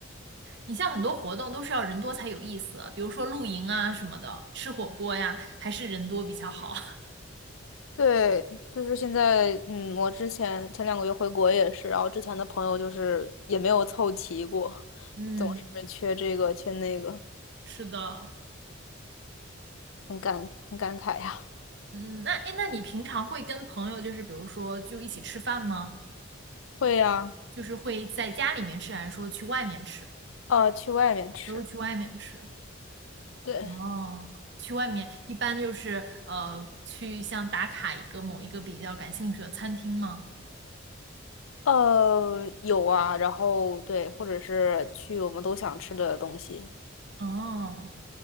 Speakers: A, on the right (about 60°); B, on the left (about 80°).
A: 你像很多活动都是要人多才有意思，比如说露营啊什么的，吃火锅呀，还是人多比较好。<laughs>
B: 对，就是现在，嗯，我之前前两个月回国也是，然后之前的朋友就是也没有凑齐过，
A: 嗯，
B: 总是缺这个缺那个，
A: 是的，
B: 很感很感慨呀。
A: 嗯，那诶，那你平常会跟朋友就是比如说就一起吃饭吗？
B: 会呀、
A: 就是会在家里面吃，还是说去外面吃？
B: 呃，去外面吃，
A: 都是去外面吃。
B: 对，
A: 哦，去外面一般就是呃去像打卡一个某一个比较感兴趣的餐厅吗？
B: 呃，有啊，然后对，或者是去我们都想吃的东西，
A: 哦。